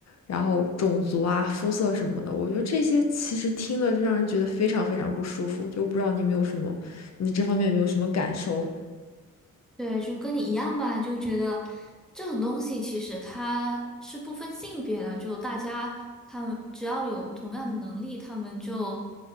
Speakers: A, on the left (about 55°); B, in the centre.
A: 然后种族啊、肤色什么的。我觉得这些其实听了就让人觉得非常非常不舒服。就不知道你有没有什么，你这方面有没有什么感受？
B: 对，就跟你一样吧，就觉得这种东西其实它是不分性别的，就大家他们只要有同样的能力，他们就